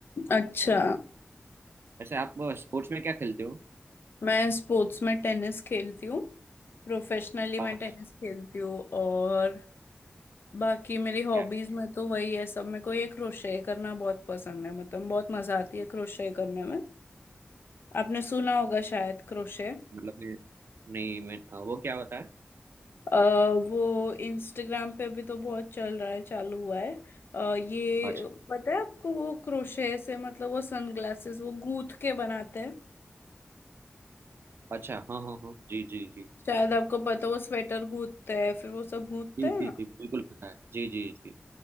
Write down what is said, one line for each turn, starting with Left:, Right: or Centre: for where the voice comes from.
Left: अच्छा
Right: वैसे आप स्पोर्ट्स में क्या खेलते हो
Left: मैं स्पोर्ट्स में टेनिस खेलती हूँ प्रोफेशनली
Right: पाँच
Left: मैं टेनिस खेलती हूँ और बाकी मेरी हॉबीज
Right: क्या
Left: में तो वही है सब मेरे को ये क्रोशे करना बहुत पसंद है मतलब बहुत मजा आती है क्रोशे करने में आपने सुना होगा शायद क्रोशे
Right: मतलब मैं नहीं मैं हाँ, वो क्या होता है
Left: अ, वो इंस्टाग्राम पे अभी तो बहुत चल रहा है चालू हुआ है अ, ये
Right: पाँच
Left: पता है आपको वो क्रोशे से मतलब वो सनग्लासेस वो गूंथ के बनाते हैं
Right: अच्छा हाँ हाँ हाँ जी जी जी
Left: शायद आपको पता है, वो स्वेटर गूंथते हैं फिर वो सब गूंथते
Right: जी
Left: हैं
Right: जी
Left: ना,
Right: जी बिल्कुल पता है जी जी जी